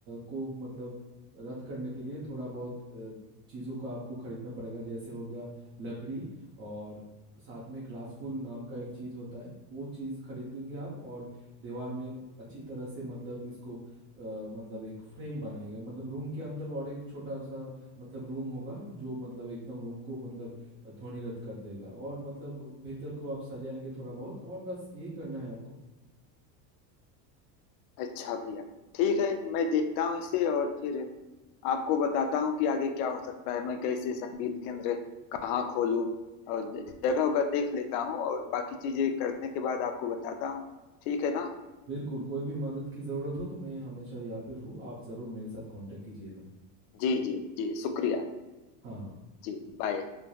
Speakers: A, on the right (about 25°); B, on the left (about 60°).
A: को मतलब रद्द करने के लिए थोड़ा बहुत अ, चीज़ों का आपको खरीदना पड़ेगा जैसे हो गया लकड़ी और साथ में ग्लासफुल नाम का एक चीज़ होता है वो चीज़ खरीदेंगे आप और दीवार में अच्छी तरह से मतलब इसको अ, मतलब एक फ्रेम बनाएगा मतलब रूम के अंदर और एक छोटा सा मतलब रूम होगा जो मतलब एकदम रूम को मतलब ध्वनि रद्द कर देगा और मतलब भीतर को आप सजाएंगे थोड़ा बहुत और बस यही करना है आपको
B: अच्छा भैया ठीक है मैं देखता हूँ इसे और फिर आपको बताता हूँ कि आगे क्या हो सकता है मैं कैसे संगीत केंद्र कहाँ खोलूँ और जगह वगह देख लेता हूँ और बाकी चीजें करने के बाद आपको बताता हूँ ठीक है ना
A: बिल्कुल कोई भी मदद की ज़रूरत हो तो मैं हमेशा यहाँ पर हूँ आप ज़रूर मेरे साथ कांटेक्ट कीजिएगा
B: जी जी जी शुक्रिया
A: हाँ हाँ
B: जी बाय